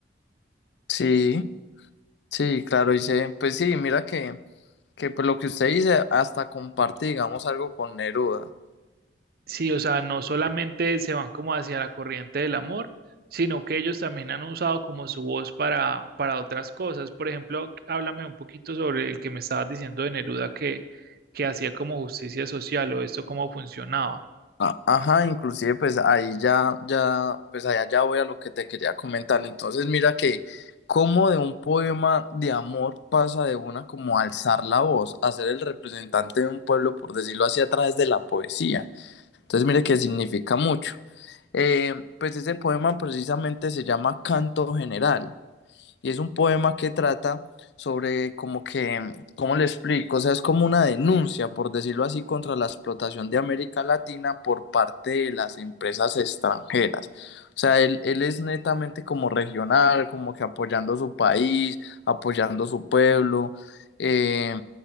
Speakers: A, on the left; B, on the right.
A: sí, sí, claro, dice, pues sí, mira que, que pues lo que usted dice, hasta comparte, digamos, algo con Neruda.
B: Sí, o sea, no solamente se van como hacia la corriente del amor, sino que ellos también han usado como su voz para, para otras cosas. Por ejemplo, háblame un poquito sobre el que me estabas diciendo de Neruda que, que hacía como justicia social o esto cómo funcionaba.
A: A- Ajá, inclusive pues ahí ya, ya, pues allá ya voy a lo que te quería comentar. Entonces mira que como de un poema de amor pasa de una como a alzar la voz, a ser el representante de un pueblo, por decirlo así, a través de la poesía. Entonces mire que significa mucho. Eh, pues ese poema precisamente se llama Canto General y es un poema que trata sobre como que, ¿cómo le explico? O sea, es como una denuncia, por decirlo así, contra la explotación de América Latina por parte de las empresas extranjeras. O sea, él, él es netamente como regional, como que apoyando su país, apoyando su pueblo, eh,